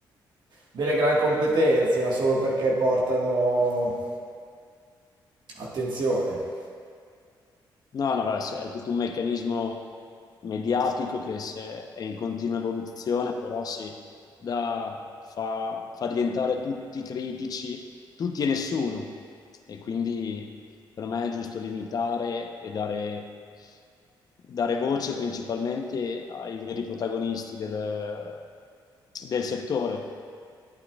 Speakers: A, on the right; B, on the left.
A: delle gran competenze, ma solo perché portano Attenzione.
B: No, no, vabbè, se- è tutto un meccanismo mediatico che se è in continua evoluzione, però sì, da- fa, fa diventare tutti critici, tutti e nessuno. E quindi per me è giusto limitare e dare, dare voce principalmente ai veri protagonisti del, del settore.